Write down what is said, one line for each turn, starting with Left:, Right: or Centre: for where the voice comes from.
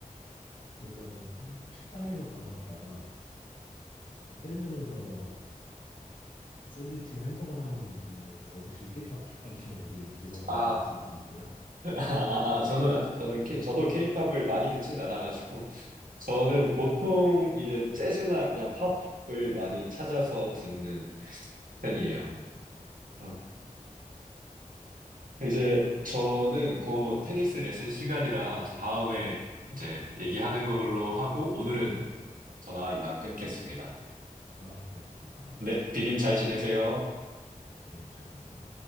Left: 그러니까 뭐 식당에서 밥 먹다가 편의점에서 샌드위치나 햄버거 사 먹는 느낌이죠. 어, 혹시 케이팝 좋아하시면 미리 죄송하다고
Right: 아,
Left: <laughs> 말씀드리고요.
Right: 아, 아, 아, 저는, 저는, 케, 저도 케이팝을 많이 듣진 않아가지고, 저는 보통 이제 재즈나 그냥 팝을 많이 찾아서 듣는 편이에요. 어, 이제 저는 곧 테니스 레슨 시간이라 더 다음에 이제 얘기하는 걸로 하고, 오늘은 전화 이만 끊겠습니다.
Left: 아, 네, 감사합니다.
Right: 네, 비님 잘 지내세요.
Left: A님 잘 지내세요?